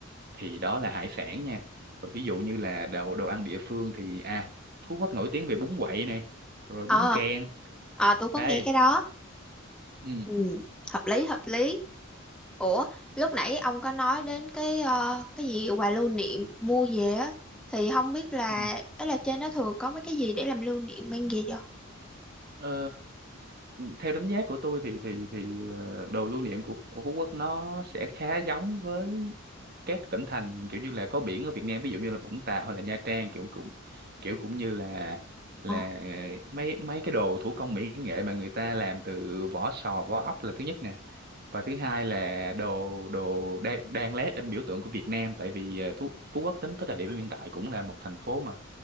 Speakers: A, on the right; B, in the centre.
A: thì đó là hải sản nha rồi ví dụ như là đồ đồ ăn địa phương thì à Phú Quốc nổi tiếng về bún quậy này rồi
B: ờ
A: bún kèn
B: ờ tôi có
A: đây
B: nghe cái đó
A: ừ.
B: ừ hợp lý hợp lý Ủa, lúc nãy ông có nói đến cái ờ, cái gì quà lưu niệm mua về á thì không biết là
A: Ừ.
B: ấy là trên đó thường có mấy cái gì để làm lưu niệm mang về chưa?
A: Ờ, theo đánh giá của tôi thì thì thì ờ, đồ lưu niệm của của Phú Quốc nó sẽ khá giống với các tỉnh thành kiểu như là có biển ở Việt Nam ví dụ như là Vũng Tàu hay là Nha Trang kiểu cũng kiểu cũng như là là
B: Ờ.
A: mấy mấy cái đồ thủ công mỹ nghệ mà người ta làm từ vỏ sò vỏ ốc là thứ nhất nè và thứ hai là đồ đồ đan, đan lát in biểu tượng của Việt Nam tại vì ờ, Phú, Phú Quốc tính tới thời điểm hiện tại cũng là một thành phố mà